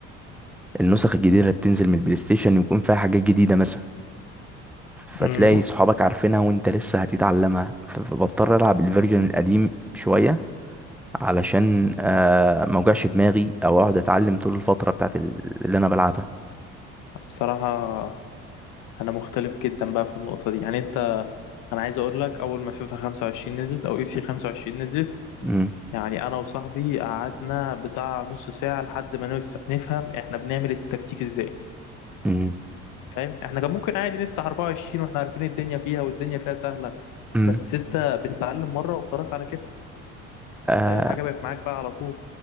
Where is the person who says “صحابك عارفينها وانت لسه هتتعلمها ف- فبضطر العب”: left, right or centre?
Centre